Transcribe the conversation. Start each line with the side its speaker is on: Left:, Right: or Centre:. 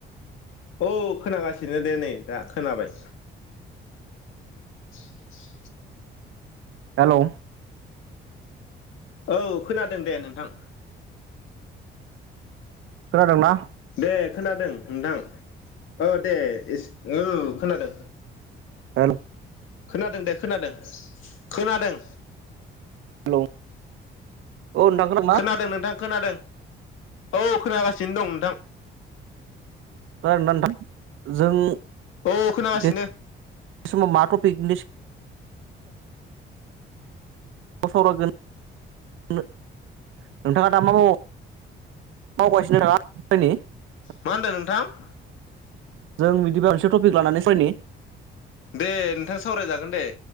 Left: औ खोनागासिनो दे नै दा खोनाबाय। <inaudible>
Right: हेलौ
Left: औ खोनादों दे नोंथां।
Right: खोनादोंना?
Left: दे खोनादों नोंथां औ दे एसे औ खोनादों।
Right: हेलौ
Left: खोनादों दे खोनादों खोनादों।
Right: हेलौ औ नोंथां खोनादोंना
Left: खोनादों नोंथां खोनादों। औ खोनागासिनो दं नोंथां।
Right: खोनादोंना नोंथां जों
Left: औ खोनागासिनो।
Right: बे समाव मा टपिकनि <unintelligible> सावरायगोन नोंथाङा दा मा मावगासिनो <unintelligible>
Left: मा होनदों नोंथां <inaudible>
Right: जों बिदिबा मोनसे टपिक लानानै सावरायनि
Left: दे नोंथां सावरायजागोन दे